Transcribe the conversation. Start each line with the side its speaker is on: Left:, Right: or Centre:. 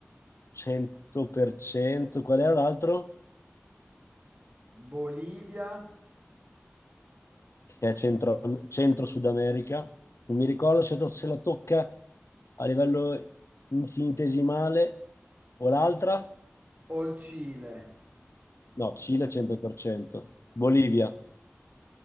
Left: 100%. Qual era l'altro?
Right: Bolivia
Left: Che è centro, centro Sud America. Non mi ricordo se, to- se la tocca a livello infinitesimale o l'altra.
Right: o il Cile?
Left: No, Cile 100%. Bolivia.